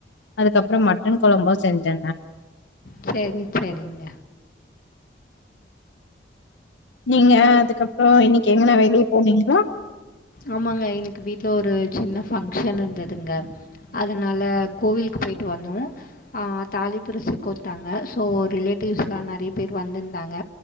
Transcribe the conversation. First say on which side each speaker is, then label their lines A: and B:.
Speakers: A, on the left (about 80°); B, on the left (about 50°).
A: அதுக்கப்றோ மட்டன் கொழம்பு செஞ்சேங்க
B: சேரி சேரிங்க
A: நீங்க அதுக்கப்றோ இன்னிக்கு எங்கனா வெளியே போனீங்ளா
B: ஆமாங்க இன்னிக்கு வீட்ல ஒரு சின்ன ஃபங்க்ஷன் இருந்ததுங்க அதனால கோவில் க்கு போய்ட்டு வந்தோ அ தாலி பிரிச்சு கோத்தாங்க சோ ரிலேட்டிவ்ஸ்லா நெறைய பேர் வந்து தாங்க